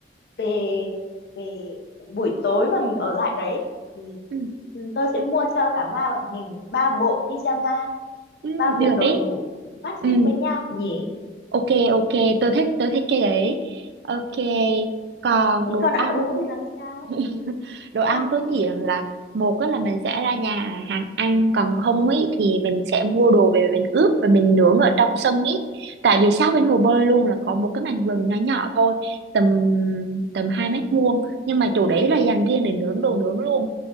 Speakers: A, on the left; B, on the right.
A: về về buổi tối mà mình ở lại đấy thì
B: ừ,
A: ừ, tôi sẽ mua cho cả ba bọn mình ba bộ pyjama
B: ừ
A: ba
B: được
A: bộ đồ
B: ấy.
A: ngủ matching
B: Ừ,
A: với nhau nhỉ
B: ok, ok, tôi thích, tôi thích cái đấy. Ok, còn
A: thế
B: đồ
A: còn
B: ăn
A: ăn uống thì làm sao
B: <laughs> đồ ăn
A: ờ
B: tôi nghĩ rằng là một á là mình sẽ ra nhà hàng ăn còn không ấy thì mình sẽ mua đồ về mình ướp và mình nướng ở trong sân ấy tại vì sát bên hồ bơi luôn là có một cái mảnh vườn nhỏ nhỏ thôi tầm tầm hai mét vuông nhưng mà chỗ đấy là dành riêng để nướng đồ nướng luôn